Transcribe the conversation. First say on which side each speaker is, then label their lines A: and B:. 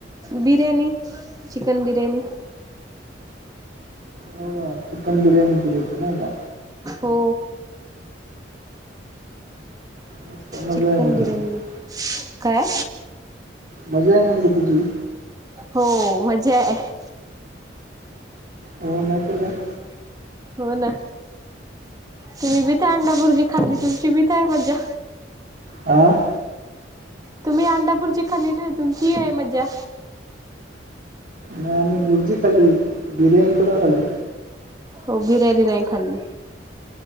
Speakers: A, on the right; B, on the right.
A: बिर्याणी, चिकन बिर्याणी. <unintelligible>
B: हो का चिकन बिर्याणी केली होती, नाही का.
A: हो,
B: मस्त मजा
A: चिकन
B: आहे म्हणते
A: बिर्यानी,
B: तुझी
A: काय?
B: मजा आहे, म्हणलं तुझी.
A: हो मजाआहे.
B: हो नाहीतर काय,
A: <unintelligible> हो ना, तुम्हीबी ते अंडाबुर्जी खाल्ली तुमचीबी तेय मज्जा.
B: आं,
A: तुम्ही, अंडाबुर्जी खालीलना तुमची आहे मज्जा.
B: नाही आम्ही भुर्जी खाली, बिर्याणी थोडीना खाली!
A: हो, बिर्याणी नाही खाल्ली.